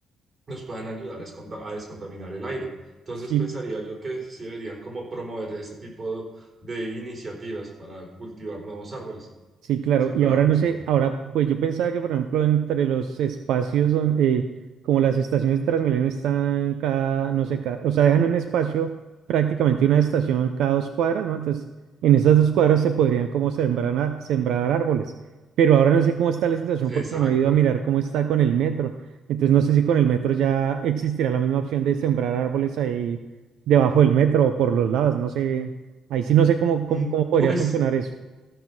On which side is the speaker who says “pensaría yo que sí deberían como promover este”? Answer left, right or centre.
Right